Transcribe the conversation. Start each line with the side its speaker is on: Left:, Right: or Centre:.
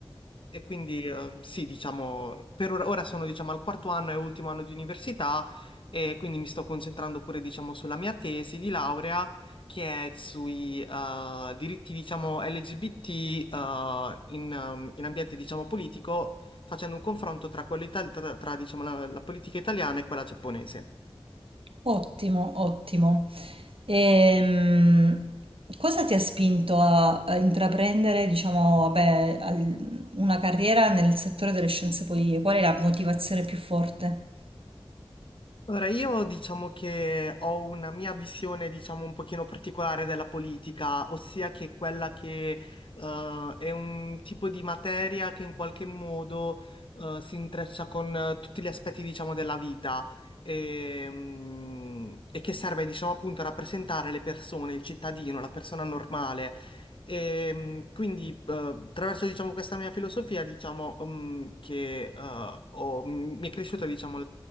Left: e quindi eh, sì, diciamo, per ora, ora sono diciamo al quarto anno e ultimo anno di università e quindi mi sto concentrando pure diciamo sulla mia tesi di laurea che è sui eh, diritti diciamo LGBT eh, in, ehm, in ambiente diciamo politico facendo un confronto tra, quello ital- tra, tra, diciamo, la la politica italiana e quella giapponese.
Right: Ottimo, ottimo. Ehm, cosa ti ha spinto a, a intraprendere, diciamo, vabbè, al- una carriera nel settore delle scienze politiche? Qual è la motivazione più forte?
Left: Allora, io diciamo che ho una mia visione, diciamo, un pochino particolare della politica, ossia che quella che eh, è un tipo di materia che in qualche modo eh, si intreccia con eh, tutti gli aspetti, diciamo, della vita e, mm, e che serve, diciamo, appunto a rappresentare le persone, il cittadino, la persona normale. E, mm, quindi, eh, attraverso, diciamo, questa mia filosofia, diciamo, mm, che eh, ho- mi è cresciuta, diciamo,